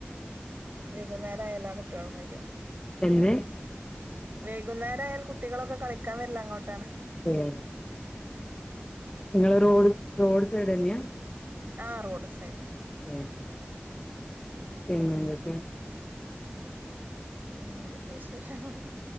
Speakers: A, on the right (about 55°); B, on the left (about 20°).
A: വൈകുന്നേരം ആയ എല്ലാ കുട്ടിയ ളും വരും
B: എന്ത്
A: വൈകുന്നേരായാൽ കുട്ടികളൊക്കെ കളിക്കാൻ വര്ല്ലേ അങ്ങോട്ട് ആണ്
B: ഉം
A: ഉ <unintelligible>
B: നിങ്ങള് റോഡ് റോഡ്സൈഡ് ന്നെയാ
A: ആ റോഡ് സൈഡ്
B: ഉം എങ്ങനത്തെ
A: എന്തൊക്കെ വിശേഷം